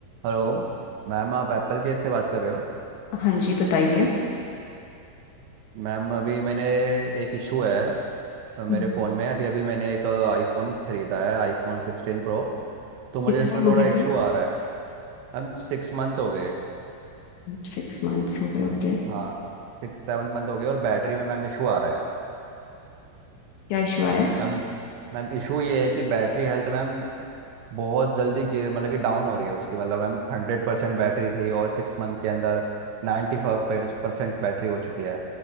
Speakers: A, on the right; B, on the left.
A: Hello Ma'am आप Apple Care से बात कर रहे हो
B: हाँ जी बताइए
A: मैम अभी मैंने एक इशू है
B: हम्म,
A: अ, मेरे फ़ोन में अभी अभी मैंने एक आईफोन खरीदा है आईफोन सिक्सटीन प्रो तो मुझे
B: कितना
A: इसमें
B: टाइम हो
A: थोड़ा
B: गया
A: इशू
B: सुई
A: आ रहा है मैम सिक्स मंथ हो गए
B: सिक्स मंथ्स हो गए ओके
A: हाँ सिक्स सेवन मंथ हो गए और बैटरी में मैम इशू आ रहा है
B: क्या इशू आ रहा है
A: मैम मैम इशू ये है कि बैटरी हेल्थ मैम बहुत जल्दी गिर मतलब कि डाउन हो रही है उसकी मतलब मैम हंड्रेड परसेंट बैटरी थी और सिक्स मंथ के अंदर नाइन्टी फाइव परसेंट बैटरी हो चुकी है